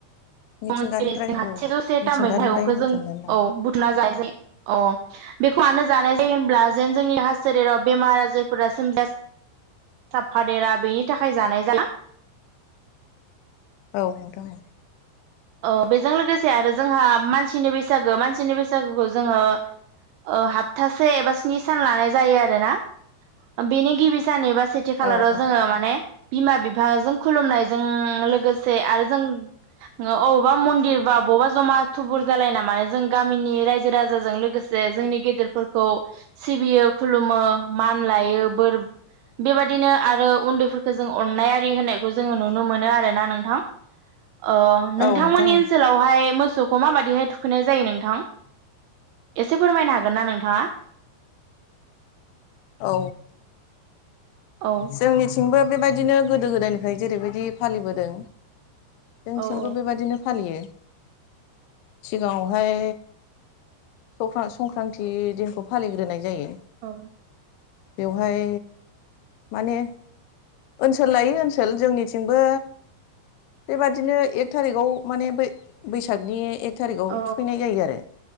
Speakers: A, on the left; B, on the right.
A: मिथिंगानिफ्राय
B: दङ जेरै जोंहा
A: औ
B: सेजौ सेथा
A: मिथिंगानिफ्राय
B: मैगं थाइगंखौ
A: बुथुमनानै
B: जों
A: ला
B: औ बुथुना जाजायो अ बेखौ मानो जानाय जायो होनब्ला जेन जोंनि देहा सेलेराव बेमार आजारफोरा सोमजिया साबफादेरा बेनि थाखाय जानाय जा
A: औ नोंथां
B: औ बेजों लोगोसे आरो जोंहा मानसिनि बैसागो मानसिनि बैसागोखौ जोङो ओ हाबथासे एबा स्नि सान लानाय जायो आरोना बेनि गिबि सान एबा सेथि खाालाराव
A: औ औ
B: जोङो माने बिमा बिफाजों खुलुमनायजों लोगोसे आरो जों अबावबा मन्दिर बा बबावबा जमा थुबुर जालायना माने जों गामिनि रायजो राजाजों लोगोसे जोंनि गेदेरफोरखौ सिबियो खुलुमो मान लायो बोर बेबायदिनो आरो उनदैफोरखौ जों अननाय आरि होननायखौ जोङो नुनो मोनो आरोना नोंथां ओ नोंथांमोननि
A: औ नोंथां
B: ओनसोलावहाय मो सौखौ माबायदिहाय थुखैनाय जायो नोंथां एसे फोरमायनो हागोन ना नोंथाङा? <inaudible>
A: औ
B: औ
A: जोंनिथिंबो बेबायदि बादिनो गोदो गोदायनिफ्राय जेरैबायदि फालिबोदों जोंथिंबो
B: औ औ
A: बेबायदिनो फालियो सिगाङावहाय स्रं संक्रान्ति दिनखौ फालिग्रोनाय जायो
B: औ
A: बेवहाय माने ओनसोल लायै ओनसोल जोंनिथिंबो बेबादिनो एक थारिखाव माने बैसागनि एक थारिखआव
B: औ
A: थुखैनाय जायो आरो